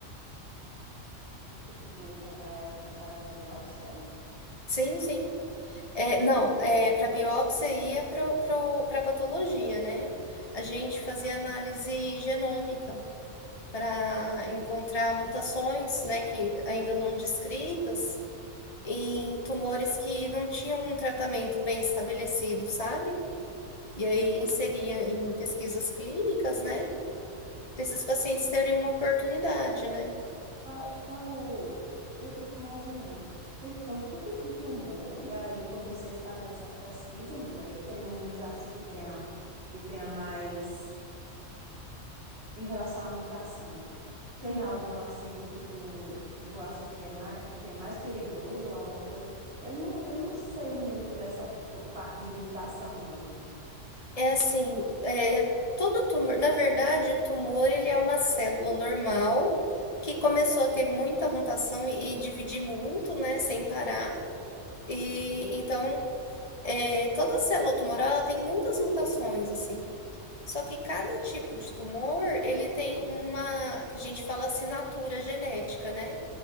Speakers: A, on the right; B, on the left.
A: procedimento que tu ia pegar era para fazer a biópsia, era?
B: Sim, sim. É, não, é, para biópsia ia para patologia, né? A gente fazia análise genômica para encontrar mutações, né, que ainda não descritas. em tumores que não tinham um tratamento bem estabelecido, sabe? E aí inseria em pesquisas clínicas, né? Para esses pacientes terem uma oportunidade, né?
A: Qual, qual, eu fico imaginando, tem tanto tipo de tumor, e aí quando vocês fazem essa pesquisa, mulher, e tem uns assim que tenha, que tenha mais em relação à mutação. Tem
B: Uhum.
A: algum assim que tu, que tu acha que é mais, que é mais perigoso ou alguma coisa? Eu não, eu não sei muito dessa co- parte de mutação, não.
B: É assim, é, todo tumor, na verdade, o tumor ele é uma célula normal que começou a ter muita mutação e, e dividir muito, né, sem parar. E então, é, toda célula tumoral ela tem muitas mutações, assim. Só que cada tipo de tumor, ele tem uma, que a gente fala assinatura genética, né?